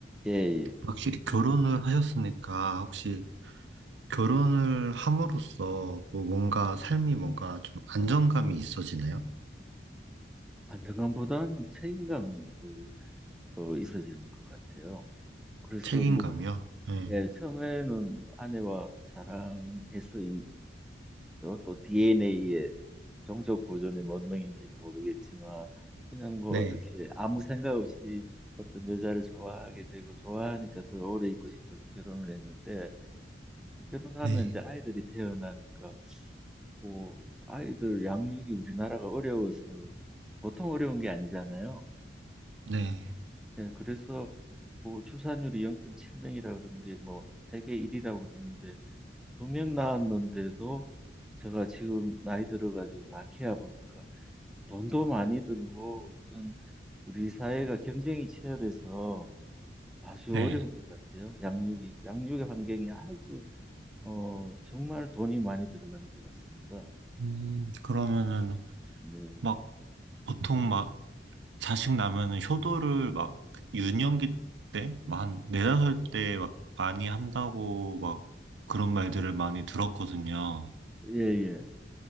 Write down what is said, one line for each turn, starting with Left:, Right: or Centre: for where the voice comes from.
Centre: 예, 예.
Right: 확실히 결혼을 하셨으니까, 혹시 결혼을 함으로써 뭐 뭔가 삶이 뭔가 좀 안정감이 있어지나요?
Centre: 안정감보다는 책임감이 또 어, 있어지는 것 같아요. 그래서
Right: 책임감이요?
Centre: 뭐
Right: 네.
Centre: 예, 처음에는 아내와 사랑해서겠죠. 또 DNA의 종족 보존의 본능인지는 모르겠지만 그냥 뭐
Right: 네.
Centre: 어떻게 아무 생각 없이 어떤 여자를 좋아하게 되고 좋아하니까 더 오래 있고 싶어서 결혼을 했는데 결혼하면
Right: 네.
Centre: 이제 아이들이 태어나니까 뭐 아이들 양육이 우리나라가 어려워서 보통 어려운 게 아니잖아요.
Right: 네.
Centre: 예, 그래서 뭐 출산율이 0.7명이라 그러는 게 뭐 세계 1위라고 그러는데 두 명 낳았는데도 제가 지금 나이 들어가지고 다 키워 보니까 돈도 많이 들고 어떤 우리 사회가 경쟁이 치열해서 아주
Right: 네.
Centre: 어려운 것 같아요. 양육이 양육의 환경이 아주 어 정말 돈이 많이 들어가는 것 같습니다.
Right: 음, 그러면은
Centre: 네,
Right: 막 보통 막 자식 나면은 효도를 막 유년기 때, 막 한 네다섯 때 막 많이 한다고 막 그런 말들을 많이 들었거든요.
Centre: 예예.